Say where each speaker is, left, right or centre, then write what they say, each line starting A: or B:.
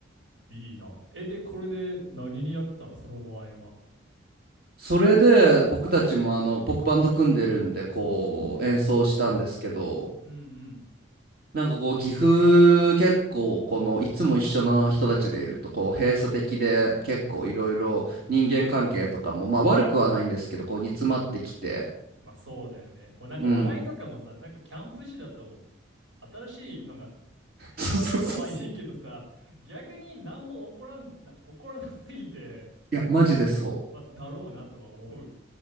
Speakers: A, on the right; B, on the right.
A: いいな。え、で、これで何にやったのその場合は。
B: それで、僕たちもあの、僕バンド組んでるんで、こう、演奏したんですけど、
A: うんうん。
B: なんかこう、岐阜結構、この、いつも一緒の人たちでいると、こう、閉鎖的で、結構いろいろ人間関係とかも、まあ悪くはないんですけど、こう、煮詰まってきて、
A: まあそうだよね。お、なんか話題とかもさ、
B: うん。
A: なんかキャンプ地だと、新しいのが
B: <laughs>
A: 平和なのはいいけどさ、
B: そうそうそうそう。
A: 逆に何も起こらん、な、起こらなすぎて、
B: いや、マジでそ
A: まあ、だろうなとは思う。